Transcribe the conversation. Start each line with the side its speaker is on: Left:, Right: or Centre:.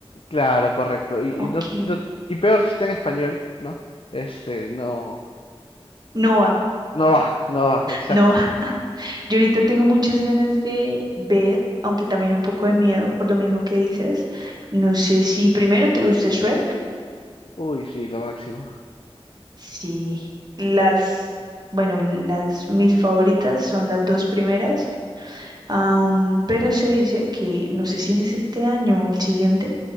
Left: Claro, correcto. Y,
Right: Ok.
Left: y no, no- y peor si está en español, ¿no? Este, no,
Right: Noah,
Left: no va, no va, exacto.
Right: Noah. Yo ahorita tengo muchas ganas de ver, aunque también un poco de miedo por lo mismo que dices. No sé si primero te gusta Shrek.
Left: Uy, sí, lo máximo.
Right: Sí, las, bueno, las mis favoritas son las dos primeras, Am, pero se dice que no sé si en es este año o el siguiente